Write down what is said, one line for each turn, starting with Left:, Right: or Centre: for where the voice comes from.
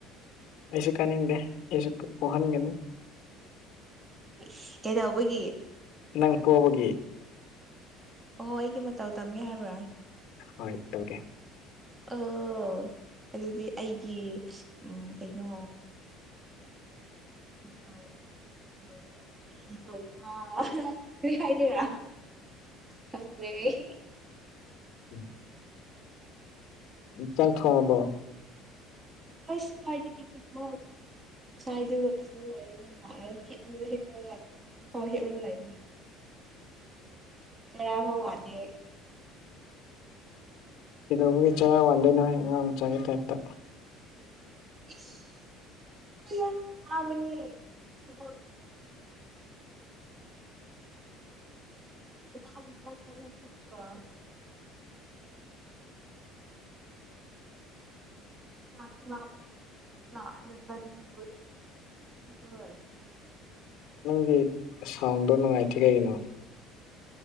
Left: ꯑꯩꯁꯨ ꯀꯥꯅꯤꯡꯗꯦ ꯑꯩꯁꯨ ꯄꯣ ꯄꯣꯍꯟꯒꯅꯨ
Right: ꯏꯁ ꯀꯩꯗꯧꯕꯒꯤ
Left: ꯅꯪ ꯄꯣꯕꯒꯤ
Right: ꯑꯣ ꯑꯩꯒꯤ ꯃꯇꯧ ꯇꯝꯒꯦ ꯍꯥꯏꯕ꯭ꯔꯥ
Left: ꯍꯣꯏ ꯇꯧꯒꯦ
Right: ꯑꯣ ꯑꯗꯨꯗꯤ ꯑꯩꯒꯤ ꯎꯝ ꯀꯩꯅꯣ
Left: <inaudible>
Right: <unintelligible> ꯅꯤ ꯇꯧꯕ ꯀꯩꯍꯥꯏꯗꯣꯏꯔ ꯈꯪꯗ꯭ꯔꯦ ꯑꯩ
Left: <inaudible> ꯆꯥꯛ ꯊꯣꯡꯉꯕꯣ
Right: ꯑꯁ ꯀꯥꯏꯗꯒꯤ ꯊꯣꯡꯕ ꯍꯧꯗ꯭ꯔꯤ ꯉꯁꯥꯏꯗꯒꯤ ꯊꯕꯛ ꯂꯣꯏꯔꯅꯤꯅꯔ ꯍꯤꯞꯔꯒ ꯍꯤꯞꯔꯒ ꯍꯧꯖꯤꯛꯐꯥꯎ ꯍꯤꯞꯔꯒ ꯂꯩꯕꯅꯦ
Left: <inaudible>
Right: ꯆꯔꯥꯐꯥꯎ ꯋꯥꯠꯅꯦ
Left: ꯀꯩꯗꯧꯕꯒꯤ ꯆꯔꯥ ꯋꯥꯟꯗꯣꯏꯅꯣꯍꯦ ꯑꯉꯥꯡ ꯃꯆꯥꯒꯤ ꯇꯥꯏꯞꯇ
Right: ꯏꯁ ꯃꯌꯥꯝ ꯋꯕꯅꯦ ꯊꯕꯛ <unintelligible> <unintelligible> ꯆꯥꯛꯁꯨ ꯂꯥꯝꯕꯒꯤꯖꯨ ꯂꯥꯔꯒ ꯆꯥꯅꯤꯡꯗꯕꯒꯤ <unintelligible>
Left: ꯅꯪꯒꯤ ꯁꯥꯎꯟꯗꯣ ꯅꯨꯡꯉꯥꯏꯇ꯭ꯔꯤ ꯀꯩꯒꯤꯅꯣ